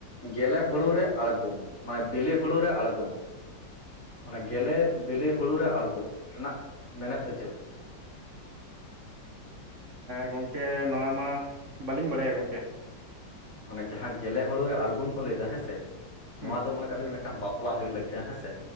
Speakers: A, on the left (about 45°); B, on the right (about 45°).
A: ᱜᱮᱞᱮ ᱦᱩᱲᱩ ᱨᱮ ᱟᱬᱜᱚᱢ ᱢᱟᱱᱮ ᱵᱮᱞᱮ ᱦᱩᱲᱩ ᱨᱮ ᱟᱬᱜᱚᱢ ᱢᱟᱱᱮ ᱜᱮᱞᱮ ᱵᱮᱞᱮ ᱦᱩᱲᱩ ᱨᱮ ᱟᱬᱜᱚᱢ ᱨᱮᱱᱟᱜ ᱢᱮᱱᱮᱫ ᱫᱚ ᱪᱮᱫ
B: ᱜᱚᱢᱠᱮ ᱱᱚᱣᱟ ᱢᱟ ᱵᱟᱹᱞᱤᱧ ᱵᱟᱲᱟᱭᱟ ᱜᱚᱢᱠᱮ
A: ᱢᱟᱱᱮ ᱡᱟᱦᱟᱸ ᱫᱚ ᱜᱮᱞᱮ ᱦᱩᱲᱩ ᱨᱮ ᱟᱬᱜᱚᱢ ᱠᱚ ᱞᱟᱹᱭᱫᱟ ᱦᱮᱸᱥᱮ
B: ᱦᱩᱸ
A: ᱱᱚᱣᱟ
B: ᱦᱩᱸ
A: ᱫᱚ ᱢᱟᱱᱮ ᱠᱟᱵᱤᱱ ᱢᱤᱫᱴᱟᱱ ᱵᱟᱯᱞᱟ ᱦᱩᱭᱩᱜ ᱞᱟᱹᱜᱤᱫᱼᱟ ᱦᱮᱸᱥᱮ